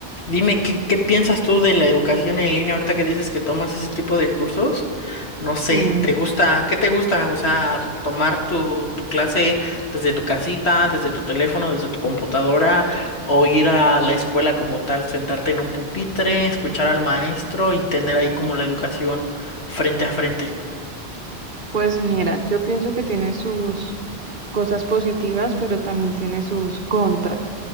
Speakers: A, on the left (about 75°); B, on the right (about 50°).
A: dime, ¿qué, qué piensas tú de la educación en línea ahorita que dices que tomas ese tipo de cursos? No sé,
B: sí.
A: ¿te gusta? ¿Qué te gusta? O sea, tomar tu, tu clase desde tu casita, desde tu teléfono, desde tu computadora, o ir a la escuela como tal, sentarte en un pupitre, escuchar al maestro y tener ahí como la educación frente a frente.
B: Pues mira, yo pienso que tiene sus cosas positivas, pero también tiene sus contras.